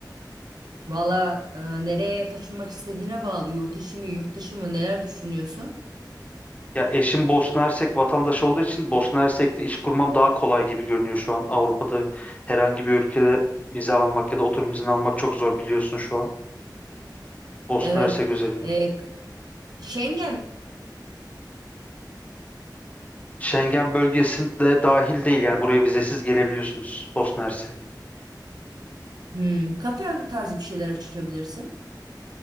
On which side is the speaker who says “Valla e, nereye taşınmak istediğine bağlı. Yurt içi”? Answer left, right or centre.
Right